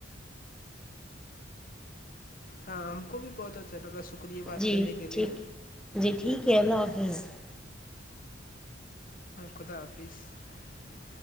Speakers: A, in the centre; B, on the left.
A: <unintelligible>
B: ہاں ہم کو بھی بہت اچھا لگا <unintelligible>
A: جی
B: کرنے کے لیے
A: ٹھیک ہے جی ٹھیک ہے اللہ حافظ <unintelligible>
B: خدا حافظ <unintelligible>